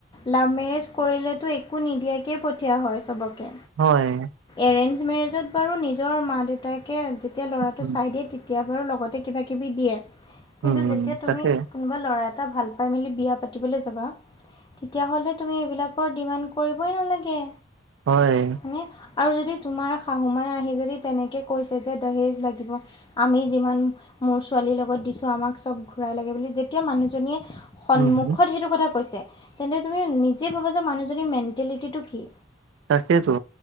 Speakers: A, on the left; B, on the right.
A: লাভ মেৰেজ কৰিলেতো একো নিদিয়াকেই পঠিয়া হয় চবকে
B: হয়
A: এৰেঞ্জ মেৰেজত বাৰু নিজৰ মাক দেউতাকে যেতিয়া ল'ৰাটো
B: উম
A: চাই দিয়ে তেতিয়া বাৰু লগতে কিবা কিবি দিয়ে
B: উম
A: কিন্তু যেতিয়া তুমি
B: তাকে
A: কোনোবা ল'ৰা এ টা ভাল পাই মেলি বিয়া পাতিবলৈ যাবা তেতিয়াহ'লে তুমি এইবিলাকৰ ডিমাণ্ড কৰিবই নালাগে
B: হয়
A: মানে আৰু যদি তোমাৰ শাহুমাই আহি যদি তেনেকৈ কৈছে যে দাহেজ লাগিব আমি যিমান মোৰ ছোৱালীৰ লগত দিছো আমাক চব ঘূৰাই লাগে বুলি যেতিয়া মানুহজনীয়ে সন্মুখত
B: উম
A: সেইটো কথা কৈছে তেন্তে তুমি নিজেই ভাবা যে মানুহজনীৰ মেণ্টেলিটিটো কি
B: তাকেইতো